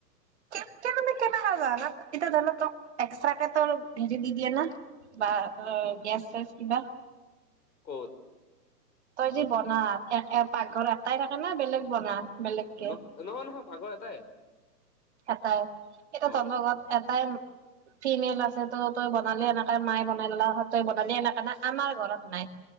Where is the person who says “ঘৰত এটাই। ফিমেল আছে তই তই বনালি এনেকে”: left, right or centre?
Right